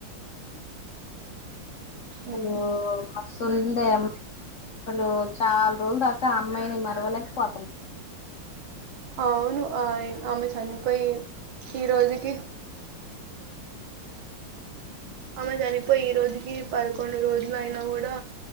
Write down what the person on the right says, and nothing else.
ఉమ్.
అవును ఆ ఆమె చనిపోయి ఈ రోజుకి ఆమె చనిపోయి ఈ రోజుకి పదకొండు రోజులు అయినా కూడా